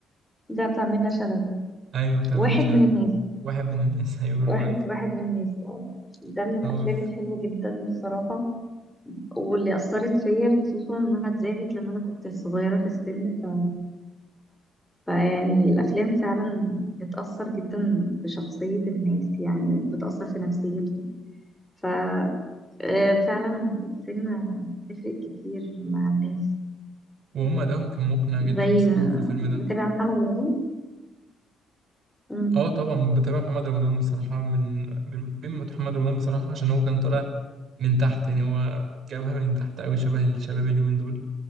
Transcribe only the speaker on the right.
ايوه بتاع
منى شلبي
واحد من الناس <laughs> ايوه برافو
عليك
اه
وهم ادائهم كان مقنع
جدا بصراحة
في الفيلم
ده
اه طبعا بتابع محمد رمضان بصراحة من من محبين محمد رمضان بصراحة عشان هو كان طالع من تحت يعني هو جابها من تحت أوي شبه الشباب اليومين دول